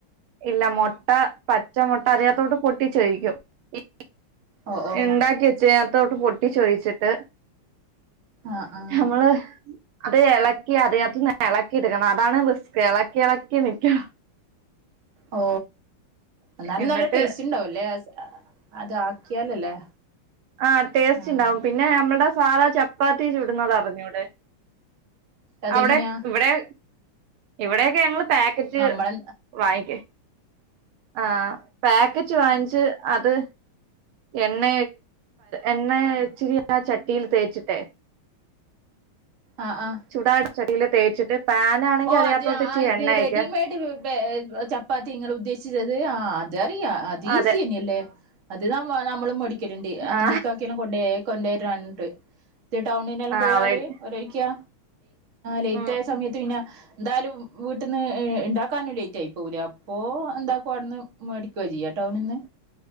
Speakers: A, on the right; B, on the right.
A: ഇല്ല മുട്ട പച്ച മുട്ട അറിയാത്തോട്ട് പൊട്ടിച്ചോയിക്കും ഈ
B: ഓഹ് ഓഹ്
A: എണ്ടാക്കി ച്ചേത്തോട്ട് പൊട്ടിച്ചൊഴിച്ചിട്ട്
B: ആഹ് ആഹ്
A: നമ്മള് അത് ഇളക്കി അതിനകത്ത് ഇളക്കി എടുക്കണം അതാണ് റിസ്ക് ഇളക്കി ഇളക്കി നിൽക്കണം
B: ഓ എന്നാലും
A: എന്നിട്ട്
B: നല്ല ടേസ്റ്റ്ണ്ടാവല്ലേ അത് ആക്കിയാലല്ലേ
A: ആഹ് ടേസ്റ്റ്
B: ആഹ്
A: ഉണ്ടാവും പിന്നെ നമ്മുടെ സാധാ ചപ്പാത്തി ചൂടുന്നത് അറിഞ്ഞൂടെ
B: അതെങ്ങനെയാ
A: അവിടെ ഇവിടെ ഇവിടെയക്കെ ഞങ്ങള് പാക്കറ്റ്
B: നമ്മളെ
A: വാങ്ങിക്ക ആഹ് പാക്കറ്റ് വാങ്ങിച്ച് അത് എണ്ണ എണ്ണ ഇച്ചിരി ആ ചട്ടിയിൽ തേച്ചിട്ടെ
B: ആഹ് ആഹ്
A: ചൂടാൻ ചട്ടിയിൽ തേച്ചിട്ട് പാനാണെങ്കി
B: ഓ
A: അതിനകത്തോട്ട്
B: അതെ ആഹ്
A: ഇച്ചിരി
B: ഇത്
A: എണ്ണ
B: റെഡിമേഡ
A: ഒഴിക്കുക
B: ചപ്പാത്തി നിങ്ങൾ ഉദ്ദേശിച്ചത് ആഹ് അതറിയാ അത് ഈസി
A: അതെ
B: തന്നെയല്ലേ അതിനാമ്പ നമ്മളും മടിക്കലുണ്ട്
A: ആ
B: എന്റിക്കാക്കെല്ലാം കൊണ്ട കൊണ്ടരണ്ട് ഇത് ടൗണന്നെല്ലാം
A: ആ
B: പോയാല്
A: റെഡി
B: ഒഴരിക്ക ലേറ്റ്
A: ഉം
B: ആയ സമയത്ത് പിന്നെ എന്തായാലും വീട്ടിൽന്ന് ഇണ്ടാക്കാനും ലേറ്റയിപൊകുലേ അപ്പോ എന്താക്കുംവിടുന്ന് മേടി കജിയ ടൗണിന്ന്